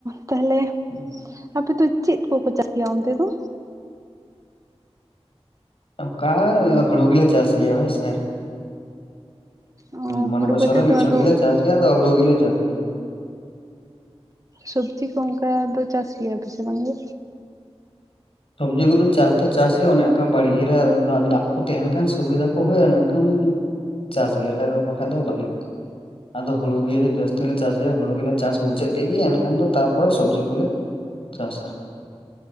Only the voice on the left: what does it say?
ᱦᱩᱸ
ᱚᱱᱠᱟ ᱦᱩᱲᱩ ᱜᱮᱞᱮ ᱪᱟᱥ ᱜᱮᱭᱟ ᱦᱳᱭ ᱥᱮ
ᱢᱚᱱᱮ
ᱵᱚᱪᱷᱚᱨ
ᱨᱮ ᱢᱤᱫ
ᱪᱷᱚᱴ
ᱜᱮᱞᱮ ᱪᱟᱥ ᱜᱮᱭᱟ ᱟᱫᱚ ᱦᱩᱲᱩ ᱜᱮᱞᱮ ᱪᱟᱥ ᱜᱮᱭᱟ
ᱥᱚᱵᱽᱡᱤ ᱠᱚᱫᱚ ᱪᱟᱥ ᱫᱚ ᱪᱟᱥ ᱜᱮᱭᱟ ᱚᱱᱮ ᱚᱱᱠᱟ ᱵᱟᱲᱜᱮ ᱨᱮ ᱫᱟᱜ ᱠᱚ ᱛᱟᱦᱮᱱ ᱠᱷᱟᱱ ᱥᱩᱵᱤᱫᱷᱟ ᱠᱚ ᱦᱩᱭᱩᱜᱼᱟ ᱢᱮᱱᱠᱷᱟᱱ ᱪᱟᱥ ᱜᱮᱭᱟᱞᱮ ᱟᱨ ᱵᱟᱠᱷᱟᱱ ᱫᱚ ᱵᱟᱞᱮ ᱟᱫᱚ ᱦᱩᱲᱩ ᱜᱮ ᱡᱟᱹᱥᱛᱤ ᱞᱮ ᱪᱟᱥ ᱜᱮᱭᱟ ᱦᱩᱲᱩ ᱜᱮᱞᱮ ᱪᱟᱥ ᱢᱩᱪᱟᱹᱫ ᱠᱮᱫ ᱜᱮ ᱮᱱᱠᱷᱟᱱ ᱫᱚ ᱛᱟᱨᱯᱚᱨᱮ ᱥᱚᱵᱽᱡᱤ ᱠᱚᱞᱮ ᱪᱟᱥᱟ